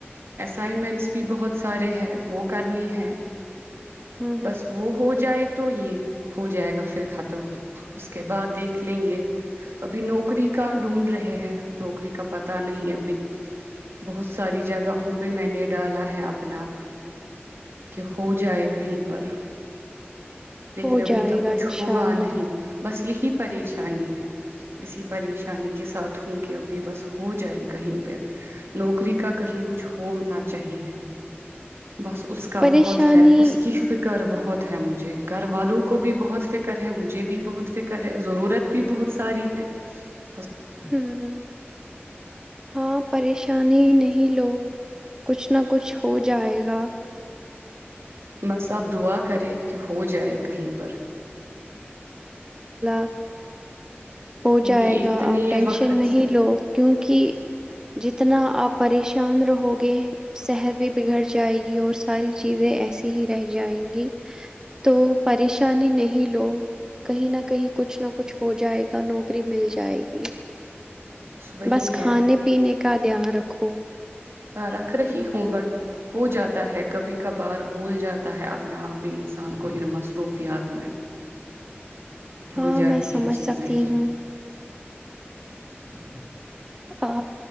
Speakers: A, on the right; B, on the right.
A: اسائنمنٹس بھی بہت سارے ہیں وہ کرنے ہے
B: ہوں ہوں
A: بس وہ ہو جائے تو یہ ہو جائے گا پھر ختم اس کے بعد دیکھ لیں گے ابھی نوکری کا ڈھونڈ رہے ہیں نوکری کا پتا نہیں ابھی بہت ساری جگہوں پہ میں نے ڈالا ہے اپنا کہ ہو جائے کہیں پر لیکن
B: ہو
A: ابھی
B: جائے
A: تک
B: گا
A: کچھ
B: انشاء
A: ہوا
B: اللہ
A: نہیں بس یہی پریشانی ہے اسی پریشانی کے ساتھ ہوں کہ ابھی بس ہو جائے کہیں پہ نوکری کا کہیں کچھ ہونا چاہیے بس اس کا
B: پریشانی
A: بہت ہے اس کی فکر بہت بہت ہے مجھے گھر والوں کو بھی بہت فکر مجھے بھی بہت فکر ہے ضرورت بھی بہت ساری کہ <unintelligible>
B: ہ ہ ہاں پریشانی نہیں لو کچھ نہ کچھ ہو جائے گ <unintelligible>
A: بس آپ دعا کرے کہ ہو جائے کہیں پر
B: ا <inaudible> ہو
A: کیونکہ
B: جائے گا
A: اتنے
B: آپ ٹینشن
A: وقت
B: نہیں
A: سے
B: لو کیونکہ جتنا آپ پریشان رہو گے صحت بھی بگڑ جائے گی اور ساری چیزیں ایسی ہی رہ جائیں گی تو پریش پریشانی نہیں لو <unintelligible> کہیں نہ کہیں کچھ نہ کچھ ہو جائےا کا نوکری مل جائے گی
A: وہی
B: بس
A: ہے
B: کھانے پینے کا دھیان رکھو
A: رکھ رہی ہوں بٹ ہو جاتا ہے کبھی کبھار بھول جاتا ہے اپنا آپ بھی انسان کو ان مصروفیات میں بھول
B: ہاں
A: جاتی
B: میں سمجھ
A: ہے چیزیں
B: سکتی ہوں
A: ج <unintelligible>
B: ا